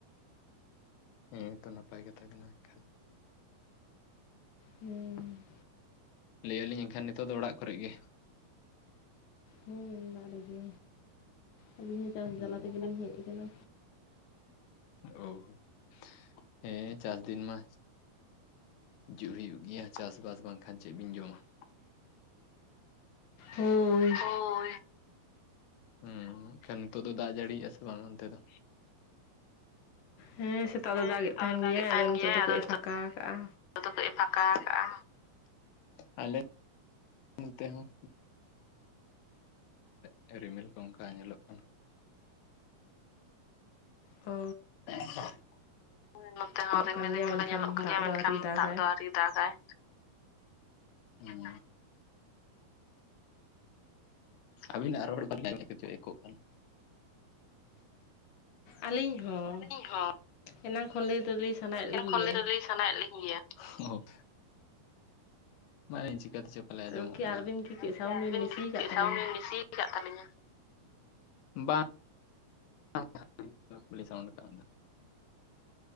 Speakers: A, on the left; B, on the left.
A: ᱚ ᱦᱮᱸ ᱛᱚ ᱱᱟᱯᱟᱭ ᱠᱟᱛᱷᱟ ᱠᱟᱱᱟ᱾ ᱮᱱᱠᱷᱟᱱ
B: ᱦᱩᱸ᱾
A: ᱞᱟᱹᱭ-ᱮᱟ ᱟᱹᱞᱤᱧ ᱮᱱᱠᱷᱟᱱ ᱱᱤᱛᱚᱜ ᱫᱚ ᱚᱲᱟᱜ ᱠᱚᱨᱮᱜ ᱜᱮ?
B: ᱦᱳᱭ ᱚᱲᱟᱜ ᱨᱮᱜᱮ ᱟᱹᱞᱤᱧ ᱦᱚᱸ ᱪᱟᱥ
A: ᱦᱩᱸ
B: ᱡᱟᱞᱟ ᱛᱮᱜᱮᱞᱤᱧ ᱦᱮᱡ ᱠᱟᱱᱟ᱾
A: ᱳ ᱦᱳ ᱦᱮᱸ ᱪᱟᱥ ᱫᱤᱱ ᱢᱟ᱾ ᱡᱩᱜ ᱦᱩᱭᱩᱜ ᱜᱮᱭᱟ ᱪᱟᱥᱵᱟᱥ ᱵᱟᱝᱠᱷᱟᱱ ᱪᱮᱜ ᱵᱤᱱ ᱡᱚᱢᱟ᱾
B: ᱦᱳᱭ
A: ᱦᱳᱭ᱾ ᱦᱩᱸ ᱮᱱᱠᱷᱟᱱ ᱱᱮᱛᱳᱜ ᱫᱚ ᱫᱟᱜ ᱡᱟᱹᱲᱤᱭᱮᱜᱼᱟ ᱥᱮ ᱵᱟᱝ ᱚᱱᱛᱮ ᱫᱚ?
B: ᱦᱮᱸ ᱥᱮᱛᱟᱜ
A: ᱦᱮᱸ
B: ᱫᱚ ᱫᱟᱜ
A: ᱥᱮᱛᱟᱜ
B: ᱮᱫ ᱛᱟᱦᱮᱸᱱ
A: ᱫᱚ ᱫᱟᱜᱮᱫ
B: ᱜᱮᱭᱟᱭ
A: ᱛᱟᱦᱮᱱ
B: ᱟᱫᱚ ᱱᱤᱛᱚᱜ ᱫᱚ ᱠᱟᱹᱡ ᱮ
A: ᱱᱤᱛᱚᱜ
B: ᱯᱷᱟᱸᱠᱟᱣ ᱟᱠᱟᱜᱼᱟ᱾
A: ᱟᱫᱚ ᱠᱟᱹᱡ ᱮ ᱯᱷᱟᱸᱠᱟᱣ ᱟᱠᱟᱜᱼᱟ ᱦᱮ ᱞᱮ ᱱᱚᱱᱛᱮ ᱦᱚᱸ <inaudible> ᱨᱤᱢᱤᱞ ᱠᱚ ᱚᱱᱠᱟ ᱧᱮᱞᱚᱜ ᱠᱟᱱᱟ᱾
B: ᱚᱻ,
A: <unintelligible> ᱱᱚᱛᱮ ᱦᱚᱸ ᱨᱤᱢᱤᱞ
B: ᱠᱟᱱ ᱜᱮᱭᱟ
A: ᱨᱤᱢᱤᱞ
B: ᱢᱮᱱᱠᱷᱟᱱ
A: ᱫᱚ ᱧᱮᱞᱚᱜ ᱠᱟᱱ
B: ᱫᱟᱜ
A: ᱜᱮᱭᱟ
B: ᱫᱚ
A: ᱢᱮᱱᱠᱷᱟᱱ
B: ᱟᱹᱣᱨᱤ ᱫᱟᱜᱟᱭ
A: ᱫᱟᱜ ᱫᱚ ᱟᱹᱣᱨᱤ ᱫᱟᱜ ᱟᱭ ᱩᱸ᱾ ᱟᱹᱵᱤᱱᱟᱜ ᱨᱚᱲ <inaudible> ᱮᱠᱳᱜ ᱠᱟᱱᱟ᱾
B: ᱟᱹᱞᱤᱧ ᱦᱚᱸ
A: ᱤᱧ ᱦᱚᱸ
B: ᱮᱱᱟᱝ ᱠᱷᱚᱱ ᱞᱟᱹᱭ ᱫᱚ ᱞᱟᱹᱭ ᱥᱟᱱᱟᱭᱮᱫ ᱞᱤᱧ
A: ᱮᱱᱟᱝ ᱠᱷᱚᱱ
B: ᱜᱮᱭᱟ᱾
A: ᱞᱟᱹᱭ ᱫᱚ ᱞᱟᱹᱭ ᱥᱟᱱᱟᱭᱮᱫ ᱞᱤᱠᱩ ᱜᱮᱭᱟ ᱚᱦᱚ ᱟᱢᱟᱜ ᱡᱟᱹᱱᱤᱡ ᱪᱤᱠᱟᱹ ᱛᱮᱪᱚ ᱯᱟᱞᱮ ᱟᱸᱡᱚᱢᱚᱜ
B: ᱟᱫᱚ ᱠᱤ
A: ᱠᱟᱱᱟ
B: ᱟᱹᱵᱤᱱ ᱠᱤ
A: ᱜᱚᱝᱠᱮ
B: ᱠᱟᱹᱡ ᱥᱟᱣᱩᱱᱰ
A: ᱟᱨᱵᱤᱱ
B: ᱵᱤᱱ ᱵᱮᱥᱤ
A: ᱠᱤ
B: ᱟᱠᱟᱫ
A: ᱪᱤᱜ
B: ᱛᱟᱹᱞᱤᱧᱟ
A: ᱥᱟᱩᱱ ᱵᱤᱱ ᱵᱤᱥᱤ ᱡᱟᱜ ᱛᱟᱞᱤᱧᱟ ᱵᱟ <unintelligible>